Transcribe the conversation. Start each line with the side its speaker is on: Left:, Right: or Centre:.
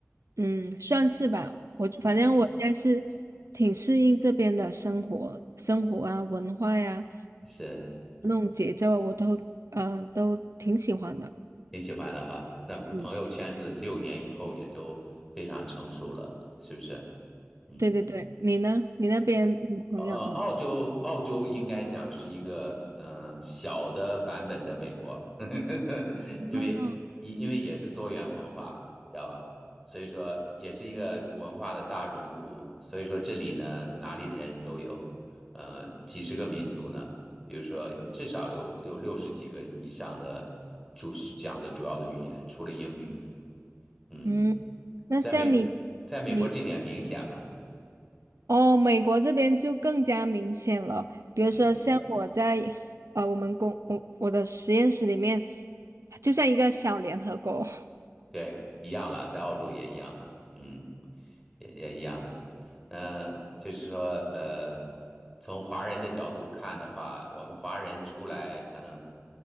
Right: 嗯，算是吧。我反正我现在是挺适应这边的生活、
Centre: 嗯，
Right: 生活啊、文化呀、
Centre: 是
Right: 那种节奏啊，我都嗯、呃都挺喜欢的。
Centre: 挺喜欢的哈。那朋友圈子六年以后也都非常成熟了，
Right: 嗯，
Centre: 是不是？嗯。
Right: 对对对，你呢？你那边你朋友怎么？
Centre: 呃，澳洲澳洲应该讲是一个嗯、呃小的版本的美国，<laughs> 因为因因为也是多元文化，
Right: 哦，
Centre: 知道吧？所以说也是一个文化的大熔炉。所以说这里呢，哪里的人都有，呃，几十个民族呢。比如说有至少有有六十几个以上的主讲的主要的语言，除了英语。嗯，
Right: 嗯，那像你，
Centre: 在美在美国这点明显吗？
Right: 你哦，美国这边就更加明显了。比如说，
Centre: 嗯。
Right: 像我在呃，我们公我我的实验室里面，就像一个小联合国。<laughs>
Centre: 对，一样了，在澳洲也一样的，嗯，也也一样的。那就是说，呃，从华人的角度看的话，我们华人出来可能